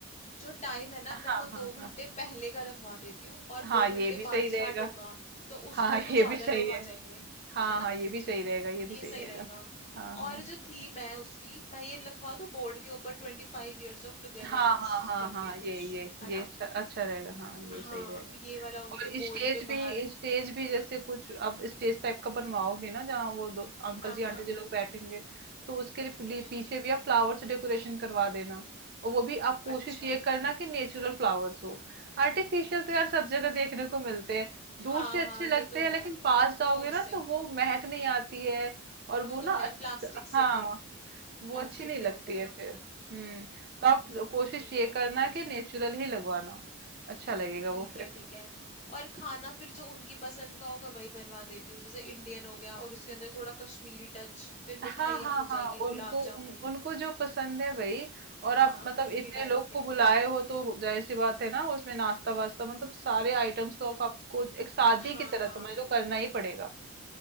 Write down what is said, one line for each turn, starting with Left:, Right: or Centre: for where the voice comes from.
Left: जो टाइम है ना
Right: हाँ
Left: मैं वो दो
Right: हाँ
Left: घंटे
Right: हाँ
Left: पहले का रखवा देती हूँ और दो
Right: हाँ
Left: घंटे
Right: ये भी सही
Left: बाद स्टार्ट
Right: रहेगा
Left: होगा तो उसमें
Right: हाँ
Left: वो
Right: ये
Left: ज्यादा
Right: भी सही
Left: लोग आ
Right: है
Left: जाएंगे
Right: हाँ
Left: है ना
Right: हाँ ये भी सही रहेगा ये भी
Left: ये
Right: सही
Left: सही
Right: रहेगा
Left: रहेगा
Right: हाँ हाँ
Left: और जो थीम है उसकी मैं ये लिखवा दूँ बोर्ड के ऊपर ट्वेंटी फाइव ईयर्स ऑफ टुगेदरनेस
Right: हाँ हाँ हाँ
Left: करके
Right: हाँ हाँ,
Left: कुछ
Right: ये ये
Left: है
Right: ये
Left: ना
Right: अच्छा अच्छा रहेगा हाँ ये
Left: हाँ
Right: सही रहेगा
Left: ये वाला उनके
Right: और
Left: बोर्ड
Right: स्टेज
Left: पे
Right: भी
Left: बाहर
Right: स्टेज भी जैसे कुछ आप स्टेज टाइप का बनवाओगे ना जहाँ वो दो अंकल
Left: हाँ
Right: जी
Left: हाँ
Right: आंटी जी लोग बैठेंगे तो उसके लिए पीली-
Left: हम्म
Right: पीछे भी आप फ्लावर से डेकोरेशन करवा देना और वो भी आप कोशिश
Left: अच्छा
Right: ये करना कि नेचुरल फ्लावर्स हो आर्टिफिशियल तो यार सब जगह देखने को मिलते हैं
Left: हाँ
Right: दूर से
Left: हाँ
Right: अच्छे लगते
Left: ये तो है
Right: हैं लेकिन पास जाओगे
Left: दूर
Right: ना
Left: से
Right: तो वो महक नहीं आती है और
Left: वो
Right: वो
Left: तो
Right: ना
Left: है
Right: अच्छा
Left: प्लास्टिक से
Right: हाँ
Left: के
Right: वो
Left: प्लास्टिक
Right: अच्छी नहीं
Left: के
Right: लगती
Left: होते हैं
Right: है
Left: ना
Right: फिर हम्म तो आप
Left: हम्म हम्म,
Right: कोशिश
Left: ठीक
Right: ये
Left: है
Right: करना
Left: ठीक है
Right: कि नेचुरल ही लगवाना अच्छा लगेगा
Left: ठीक
Right: वो
Left: है ठीक है और खाना फिर जो उनकी पसंद का होगा वही बनवा देती हूँ जैसे इंडियन हो गया और उसके अंदर थोड़ा कश्मीरी टच फिर
Right: हाँ
Left: मिठाइयाँ
Right: हाँ
Left: हो
Right: हाँ
Left: जाएंगी
Right: उनको
Left: गुलाब
Right: उन,
Left: जामुन
Right: उनको जो पसंद है वही और आप
Left: हाँ
Right: मतलब
Left: उनकी
Right: इतने
Left: टाइप
Right: लोग
Left: के
Right: को बुलाए हो तो जाहिर सी बात है ना उसमें नाश्ता वास्ता मतलब सारे आइटम्स तो आप- आपको एक शादी
Left: हाँ
Right: की तरह
Left: हाँ
Right: समझ लो करना ही पड़ेगा